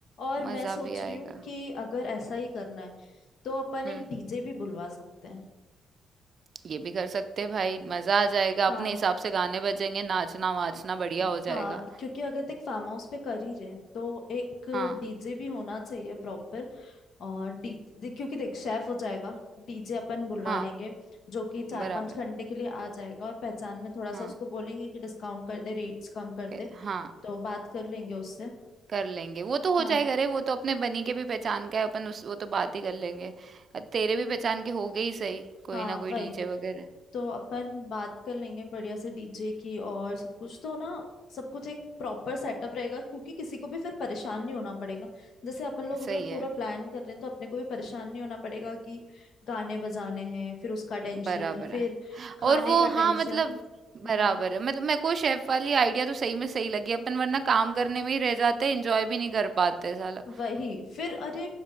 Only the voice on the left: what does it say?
और मैं
सोच
रही
हूँ कि अगर ऐसा ही करना है तो अपन
एक डीजे भी बुलवा सकते हैं
हाँ
हाँ
क्योंकि अगर देख फार्म हाउस पे कर ही रहे हैं, तो एक
डीजे भी होना चाहिए प्रॉपर और डी दे- क्योंकि देख शेफ हो जाएगा डीजे अपन बुलवा
लेंगे जो कि चार
पांच घंटे के लिए आ जाएगा और पहचान में थोड़ा
सा उसको बोलेंगे कि डिस्काउंट कर दे रेट्स कम कर
दे
तो बात कर लेंगे उससे
हाँ
हम्म
हाँ
वही
तो अपन बात कर लेंगे बढ़िया से डीजे की और सब कुछ तो ना सब कुछ एक प्रॉपर सेटअप रहेगा क्योंकि किसी को भी फिर परेशान नहीं होना पड़ेगा जैसे अपन लोग
अगर
पूरा प्लान कर रहे हैं तो अपने को भी परेशान नहीं होना पड़ेगा कि गाने बजाने हैं फिर उसका टेंशन
फिर
खाने
का टेंशन
हम्म
हम्म
वही फिर अरे